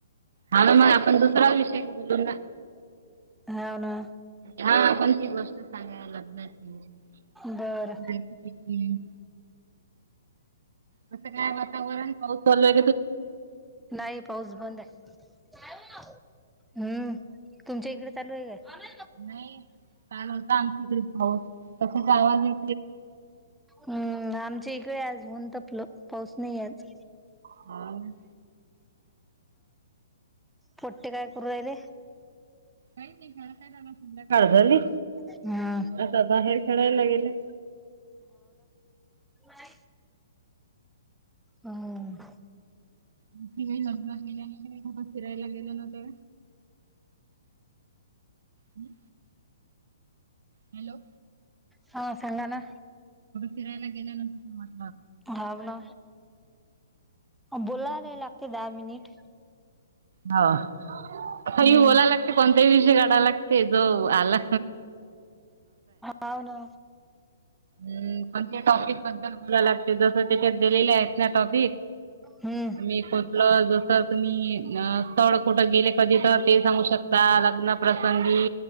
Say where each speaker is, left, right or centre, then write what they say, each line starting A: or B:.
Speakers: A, on the right (about 65°); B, in the centre.
A: हा ना <unintelligible>
B: हाव ना
A: हा पण गोष्ट सांगा लग्नाची
B: बरं
A: <unintelligible> कसं काय वातावरण पाऊस चालूय
B: नाही पाऊस बंद आहे. <inaudible> हम्म तुमच्या इकडे चालू आहे काय?
A: नाही काल होता आमच्याकडे पाऊस. तसेच आवाज य
B: हम्म आमच्या इकडे आज ऊन तपलं पाऊस नाही आज.
A: हाव ना.
B: पोट्टे काय करू राहिले?
A: काई नाई घरात आय आता संध्याकाळ झाली.
B: हम्म
A: आता बाहेर खेळायला गेले.
B: नाही. हम.
A: युपी ताई लग्नात गेल्यानी कणी कुठ फिरायला गेल्या नव्हत्या. हम्. हॅलो,
B: हा सांगा ना.
A: फिरायला गेल्या नव्हत्या तेंव्हा.
B: हव ना, बोला रे लागते दहा मनिट.
A: हाव हाय
B: हम्म
A: ये बोला लागत कॉल ते विषय काडा लागते जो आला
B: हव ना.
A: हम् पण ते टॉपिक बद्दल बोला लागते जस त्याच्यात दिलेल्या आहेत ना टॉपिक.
B: हम्म
A: मी कूठलं जस तुम्ही अ स्थळ कुठं गेले कधी तर ते सांगू शकता, लग्न प्रसंगी